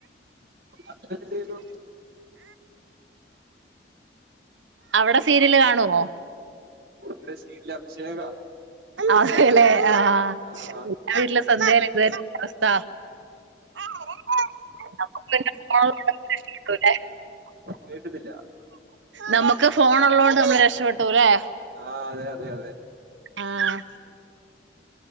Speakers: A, on the right; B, on the right.
A: അത്രക്കെ ചെയ്തു
B: അവിടെ സീരിയല് കാണുവോ
A: ഇവിടെ സീരിയൽ അഭിഷേക
B: അതേലേ ആഹ്
A: ആഹ്
B: <unintelligible> <unintelligible> അവസ്ഥ <unintelligible>
A: കേട്ടുന്നില്ല
B: നമുക്ക് ഫോൺ ഉള്ളോണ്ട് നമ്മൾ രക്ഷപ്പെട്ടൂല്ലേ
A: ആഹ് അതെ അതെ അതെ
B: ആഹ്